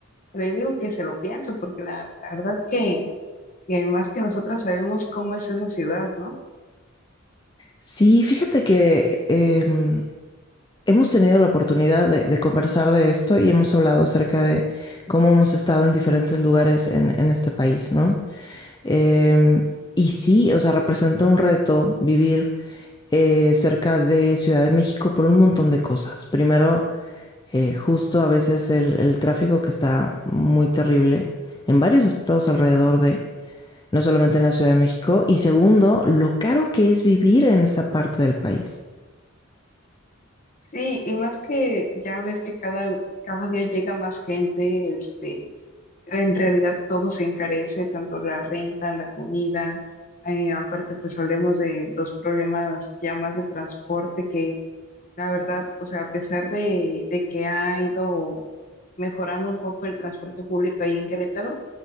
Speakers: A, on the left; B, on the left.
A: Pero yo digo que se lo piensen, porque la, la verdad que, que más que nosotras sabemos cómo es esa ciudad, ¿no?
B: Sí, fíjate que em, hemos tenido la oportunidad de, de conversar de esto y hemos hablado acerca de cómo hemos estado en diferentes lugares en, en este país, ¿no? Em, y sí, o sea, representa un reto vivir eh, cerca de Ciudad de México por un montón de cosas. Primero, eh, justo a veces el, el tráfico que está muy terrible en varios estados alrededor de, no solamente en la Ciudad de México, y segundo, lo caro que es vivir en esa parte del país.
A: Sí, y más que ya ves que cada, cada día llega más gente, este, en realidad todo se encarece, tanto la renta, la comida, eh, aparte pues hablemos de dos problemas ya más de transporte que la verdad, o sea, a pesar de, de que ha ido mejorando un poco el transporte público ahí en Querétaro,